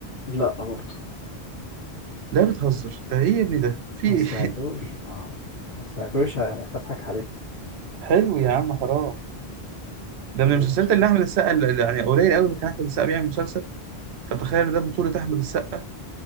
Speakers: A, on the left (about 70°); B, on the right (about 80°).
A: لا برضه
B: لا بتهزر ده ايه يا ابني ده في
A: ما
B: ايه
A: سمعتوش اه ما سمعتوش ه- هضحك عليك
B: <laughs> حلو يا عم حرام ده
A: ال-
B: من المسلسلات اللي احمد السقا اللي يعني قليل قوي ما كان احمد السقا بيعمل مسلسل فتخيل ده بطولة احمد السقا